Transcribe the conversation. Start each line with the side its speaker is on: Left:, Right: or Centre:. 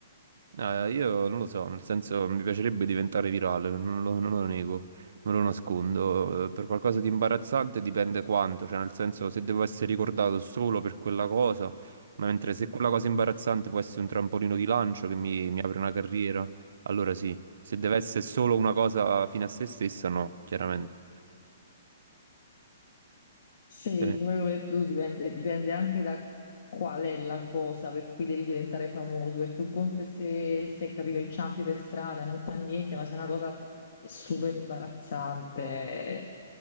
Right: No, io non lo so, nel senso mi piacerebbe diventare virale, non lo, non lo nego, non lo nascondo. Eh, Per qualcosa di imbarazzante dipende quanto, cioè nel senso se devo essere ricordato solo per quella cosa, ma mentre se quella cosa imbarazzante può essere un trampolino di lancio che mi, mi apre una carriera, allora sì. Se deve essere solo una cosa fine a se stessa, no, chiaramente.
Left: sì,
Right: Te ne-
Left: come ho detto tu, dipende, dipende anche da qual è la cosa per cui devi diventare famoso, perché un conto è se, se capito, inciampi per strada e non fa niente, ma se è una cosa super imbarazzante,